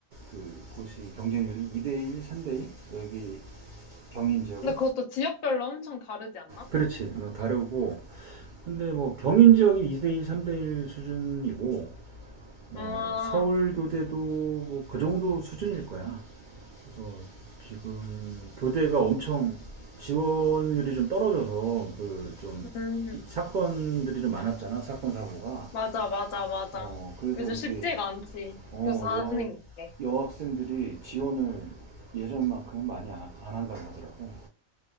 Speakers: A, on the right; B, on the left.
A: 그 곳이 경쟁률이 2대1, 3대1 여기 경인 지역은
B: 근데 그것도 지역별로 엄청 다르지 않나?
A: 그렇지. 어, 다르고. 근데 뭐 경인 지역이 2대 일, 3대1 수준이고 뭐
B: 아,
A: 서울 교대도 뭐 그 정도 수준일 거야. 그래서 지금 교대가 엄청 지원율이 좀 떨어져서 그 좀
B: 음,
A: 사건들이 좀 많았잖아. 사건 사고가.
B: 맞아, 맞아, 맞아.
A: 어, 그래서
B: 요즘
A: 이게,
B: 쉽지가 않지.
A: 어,
B: 교사하는
A: 여,
B: 게.
A: 여학생들이 지원을 예전만큼 많이 안, 안 한다고 하더라고.